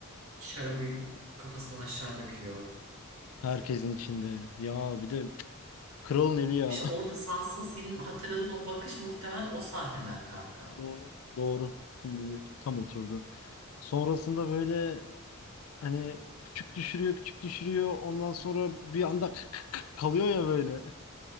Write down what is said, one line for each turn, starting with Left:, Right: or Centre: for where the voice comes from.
Right: Şarabı kafasından aşağı döküyor.
Left: Herkesin içinde. Ya bir de cık, kralın eli ya.
Right: İşte orada Sansa senin hatırladığın o bakış muhtemelen o sahneden kanka.
Left: <laughs> Doğru. Doğru. Şimdi de tam oturdu. Sonrasında böyle hani küçük düşürüyor küçük düşürüyor. Ondan sonra bir anda <laughs> kalıyor ya böyle.